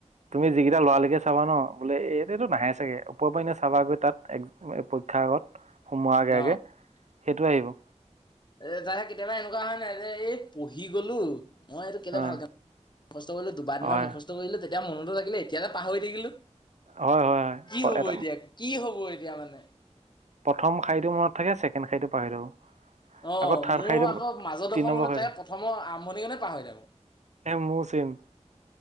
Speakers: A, on the right (about 75°); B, on the left (about 40°).
A: তুমি যিকেইটা লৰা লৰিকে চাবা ন বোলে এইতটো নাহে চাগে ওপৰৰ পৰা এনে চাবাগৈ তাত পৰীক্ষাৰ আগত সোমোৱাৰ আগে
B: ন
A: -আগে সেইটোৱেই আহিব
B: এ তাহে কেতিয়াবা এনেকুৱা হয় নাই যে এই পঢ়ি গলো মই এইটো
A: অ
B: কেলে ভাল কাম মুস্থ কৰিলো দুবাৰ দিবা
A: হয়
B: মুখস্থ কৰিলো এতিয়া মনতো থাকিলে এতিয়াতে পাহৰি থাকিলো
A: হয় হয় হয়
B: কি হ'ব
A: এটা
B: এতিয়া কি হ'ব এতিয়া। তিয়া মানে।
A: প্ৰথম শাৰী টো মনত। থাকে ছেকেণ্ড শাৰীটো পাহৰি থাকো
B: আহ
A: আকৌ থাৰ্ড
B: মোৰ
A: খাই দিওঁ
B: আকৌ মাজডোখৰ
A: তিনি নম্বৰ
B: মানে
A: খাই
B: তাই
A: দিওঁ
B: প্ৰথমৰ আৰম্ভণি কনে পাহৰি থাকোঁ।
A: এ মোৰ চেম